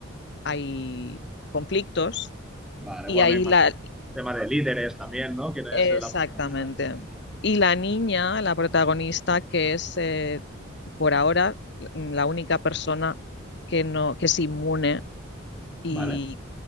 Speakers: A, on the left; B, in the centre.
A: hay conflictos
B: Vale,
A: y
B: bueno,
A: ahí
B: me imagino.
A: la,
B: Tema de líderes también, ¿no? ¿Quién
A: Exactamente.
B: es el aguantante? Ya, ya, ya.
A: Y la niña, la protagonista, que es eh, por ahora mm, la única persona que no, que es inmune y,
B: Vale.